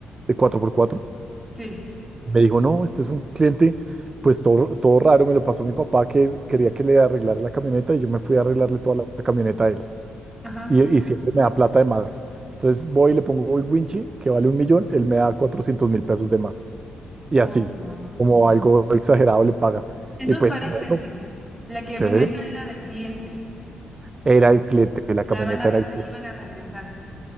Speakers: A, on the right; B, in the centre.
A: de cuatro por cuatro.
B: sí,
A: Me dijo, no, este es un cliente, pues todo, todo raro, me lo pasó mi papá que quería que le arreglara la camioneta y yo me fui a arreglarle toda la, la camioneta a él.
B: ajá.
A: Y, y siempre me da plata de más. Entonces voy y le pongo el winchi, que vale un millón, él me da cuatrocientos mil pesos de más. Y así,
B: Oh, wow.
A: como algo exagerado le paga.
B: En
A: Y
B: dos
A: pues
B: paréntesis,
A: bueno,
B: la camioneta
A: chévere,
B: era del cliente,
A: era el cliente, la
B: se
A: camioneta
B: la van a, re-
A: era el
B: se
A: cliente.
B: la iban a regresar.